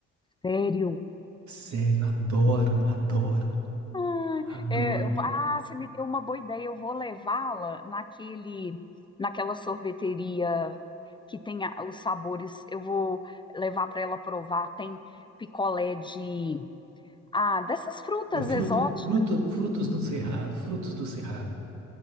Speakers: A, on the left (about 15°); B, on the right (about 70°).
A: Sério.
B: Sério, adoro, adoro,
A: Ai,
B: adoro.
A: é, eu ah, você me deu uma boa ideia. Eu vou levá-la naquele, naquela sorveteria que tem a- os sabores. Eu vou levar para ela provar. Tem picolé de. Ah, dessas frutas
B: Eu fruto,
A: exóticas.
B: fruto, frutos do cerrado, frutos do cerrado,